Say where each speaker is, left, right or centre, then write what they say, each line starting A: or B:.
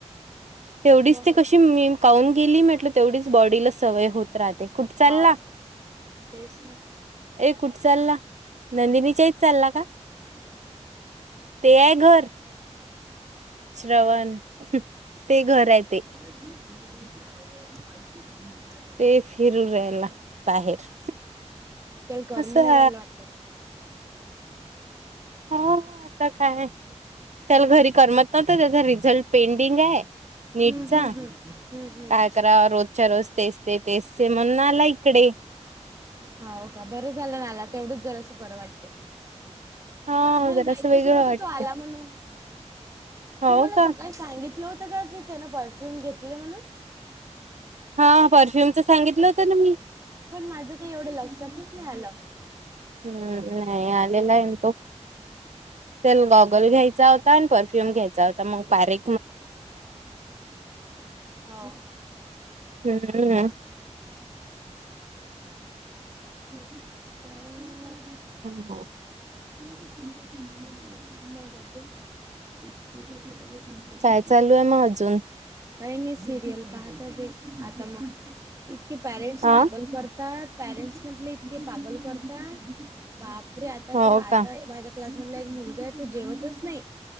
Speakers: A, on the right; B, on the right.
A: तेवढीच
B: मगच
A: ते कशी मी खऊन गेली म्हटलं तेवढीच बॉडीला सवय होत. राहते कुठ चालला?
B: हो तेच ना
A: ए कुठ चालला नंदिनीच्याहीत चालला का
B: <inaudible>
A: तेघर श्रवण
B: आई
A: ते घर आहे ते
B: भा किती देर
A: ते फिरू रायला बाहेर
B: त्याला करून
A: असं
B: नाही राहायला वाटत
A: हो आता काय त्याला घरी करमत नव्हत त्याचा र झल पेंडिंग आहे
B: हम्म
A: नीटचा
B: हम्म हम्म हम्म हम्म
A: काय करा रोजच्या रोज तेच तेचे म्हणून आला इकडे
B: हो हो का बरं झालं नाला तेवढच जरा असं बरं वाटते
A: हा
B: मला
A: जरासं
B: माहितच
A: वेगळं
B: नव्हती
A: वाटते
B: तो आला म्हणून
A: हो
B: तू मला
A: का
B: सकाळी सांगितलं होतं का की त्यान परफ्युम घेतले म्हणून
A: हा परफ्युमच सांगितलं होतं ना मी
B: पण माझं काही एवढं लक्षातच नाही आलं
A: हम्म नाही आलेला आहे तो चल
B: हा
A: गॉगल घ्यायचा होता आणि परफ्यूम घ्यायचा होता मग बरे
B: हो
A: हम्म
B: छोटी काय नाही झा
A: हो हो
B: त चिता तझ एक छोटसा गल प्रश
A: काय चालू आहे मग अजून
B: काही नाही सिरियल पाहताय आता मग इतके पॅरेंटगल
A: हा
B: करत पॅरेंट्स म्हटले इतके पागल करतात बापरे आता
A: हो
B: त आता
A: का
B: माझ्या क्लास मधला एक मुलगा आहे तो जेवतच नाही